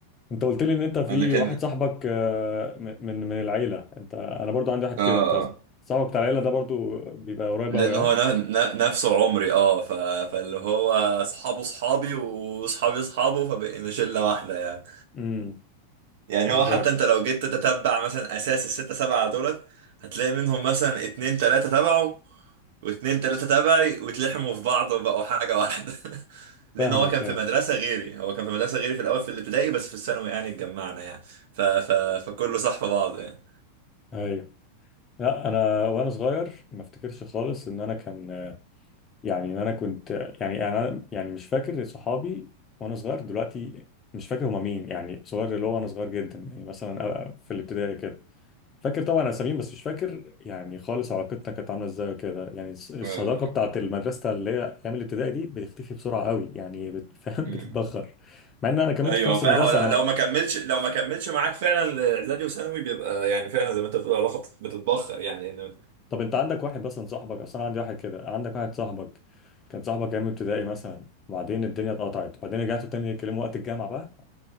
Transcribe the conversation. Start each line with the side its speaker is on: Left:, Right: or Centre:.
Left: انت قلت لي ان انت في
Right: أنا كان
Left: واحد صاحبك آه، م- من من العيله انت انا برضو عندي واحد
Right: آه
Left: كده انت
Right: آه.
Left: صاحبك بتاع العيله ده برضو بيبقى قريب
Right: لان
Left: قوي ها
Right: هو ن- ن- نفسه عمري اه ف... فاللي هو اصحابه اصحابي واصحابي اصحابه فبقينا شله واحده يعني
Left: امم
Right: يعني
Left: انا
Right: هو
Left: زيك
Right: حتى انت لو جيت تتبع مثلا اساس الستة سبعة دولت هتلاقي منهم مثلا اتنين تلاتة تبعه واتنين تلاتة تبعي واتلحموا في بعض وبقوا حاجة واحدة <laughs> لان
Left: فاهمك
Right: هو كان
Left: اي
Right: في مدرسة غيري هو كان في مدرسة غيري في الاول في الابتدائي بس في الثانوي يعني اتجمعنا يعني ف... ف... فكله صح في بعض يعني
Left: ايوه لا انا وانا صغير ما افتكرش خالص ان انا كان يعني ان انا كنت يعني انا يعني مش فاكر صحابي وانا صغير دلوقتي مش فاكر هما مين يعني صغير اللي هو وانا صغير جدا يعني مثلا في الابتدائي كده فاكر طبعا اساميهم بس مش فاكر يعني خالص علاقتنا كانت عامله ازاي وكده يعني الص- الصداقه
Right: آه.
Left: بتاعت المدرسه اللي هي ايام الابتدائي دي بتختفي بسرعه قوي يعني بت- <laughs> فاهم
Right: مم.
Left: بتتبخر مع ان انا كملت
Right: ايوه
Left: في نفس
Right: فاهم
Left: المدرسه
Right: هو
Left: انا
Right: لو ما كملش لو ما كملش معاك فعلا اعدادي وثانوي بيبقى يعني فعلا زي ما انت بتقول العلاقه بت- بتتبخر يعني إن-
Left: طب انت عندك واحد مثلا صاحبك اصل انا عندي واحد كده عندك واحد صاحبك كان صاحبك ايام ابتدائي مثلا وبعدين الدنيا اتقطعت وبعدين رجعتوا تاني يتكلموا وقت الجامعه بقى